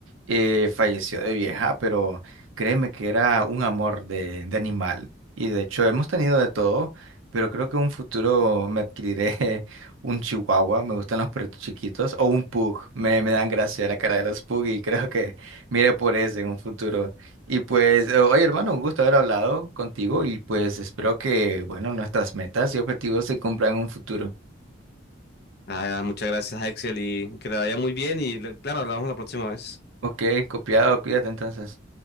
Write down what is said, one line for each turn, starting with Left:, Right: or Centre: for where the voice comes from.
Right: eh, falleció de vieja, pero créeme que era un amor de, de animal. Y de hecho hemos tenido de todo, pero creo que en un futuro me adquiriré <laughs> un chihuahua, me gustan los perritos chiquitos, o un pug, me, me dan gracia la cara de los pug y creo que mire por ese en un futuro. Y pues, eh, oye hermano, un gusto haber hablado contigo y pues espero que, bueno, nuestras metas y objetivos se cumplan en un futuro.
Left: Ah, muchas gracias, Axel, y que te vaya muy bien y le- claro, hablamos la próxima vez.
Right: Ok, copiado, cuídate entonces.